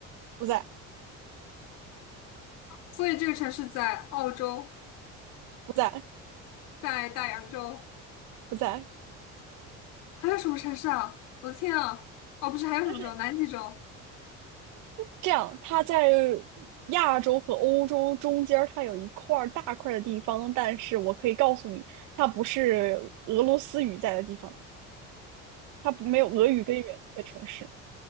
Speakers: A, on the right; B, on the left.
A: 不在，
B: 所以这个城市在澳洲，
A: 不在，
B: 在大洋洲，
A: 不在。
B: 还有什么城市啊？我的天啊！哦，不是，还有什么州？
A: 但是
B: 南极洲。
A: 这样，它在亚洲和欧洲中间儿，它有一块儿大块儿的地方，但是我可以告诉你，它不是俄罗斯语在的地方，它不没有俄语根源的城市，